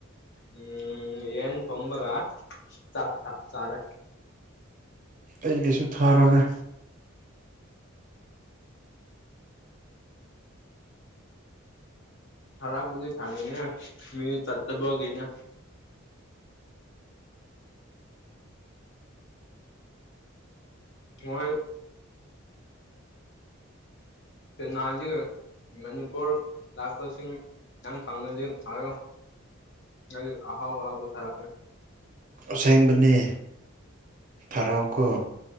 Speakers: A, on the left; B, on the right.
A: ꯎꯝ ꯌꯦꯟ ꯊꯣꯡꯕꯒ ꯆꯥꯛꯀꯥ ꯆꯥꯔꯦ
B: ꯑꯩꯒꯤꯁꯨ ꯊꯥꯔꯣꯅꯦ
A: ꯊꯔꯛꯄꯒꯤ ꯊꯥꯅꯤꯡꯉꯦ ꯃꯤ ꯆꯠꯇꯕꯒꯤꯅꯦ ꯃꯣꯏ ꯆꯦꯅꯥꯏꯗꯒꯤ ꯃꯅꯤꯄꯨꯔ ꯂꯥꯛꯄꯁꯤꯡ ꯅꯪ ꯈꯪꯉꯗꯤ ꯍꯥꯏꯌꯣ ꯑꯩ ꯑꯍꯥꯎ ꯑꯍꯥꯎꯕ ꯊꯔꯛꯀꯦ
B: ꯑꯁꯦꯡꯕꯅꯦ ꯊꯥꯔꯛꯎꯀꯣ